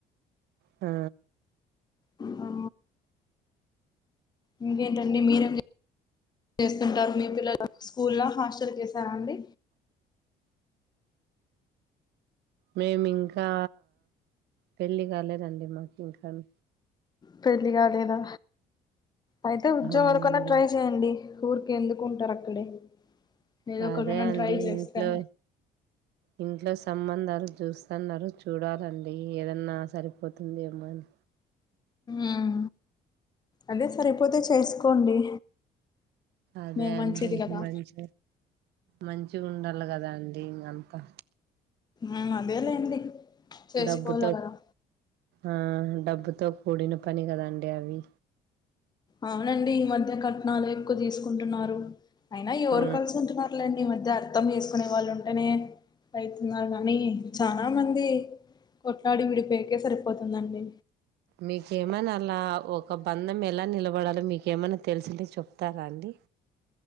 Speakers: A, on the right (about 80°); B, on the left (about 25°).
A: ఆ
B: ఆ ఇంకే టండి మీరేమ్ జె చేస్తుంటారు మీ పిల్లలు స్కూల్ల హాస్టల్ కేసారాండి
A: మేమ్ ఇంకా పెళ్ళి కాలేదండి మాక్ ఇంకన్
B: పెళ్లి కాలేదా అయితే ఉద్యోగర్
A: అవునండి
B: కన్నా ట్రై చె్యండి ఊరికేందుకుంటార్ అక్కడే ఏదో
A: అదే
B: ఒకనేన
A: అండి
B: ట్రై జేస్తే
A: ఇంట్లో ఇంట్లో సంబంధాలు చూస్తన్నారు చూడాలండి ఏదన్నా సరిపోతుంది ఏమ్మో అని
B: ఊమ్ అదే సరిపోతే చేసుకోండి
A: అదే
B: మే మంచిది
A: అండి
B: కదా
A: మంచ మంచి ఉండాలె కదాండి ఇంగ్ అంతా
B: ఉ అదేలేండి చేసుకోవాల
A: డబ్బుతో
B: కదా
A: ఆ డబ్బుతో కూడిన పని కదండి అవి
B: అవునండి ఈ మధ్య కట్నాలు ఎక్కువ తీసుకుంటున్నారు అయినా ఎవరు
A: ఆ
B: కలిసి ఉంటున్నా అలెండి ఈ మధ్య అర్థం చేసుకునే వాళ్ ఉంటేనే అయితున్నాననీ చానా మంది కొట్లాడి విడిపోయేకే సరిపోతుందండి
A: మీకేమనల్లా ఒక బంధం ఎలా నిలబడాలో మీకేమన తెలిసింటే చెప్తారా అండి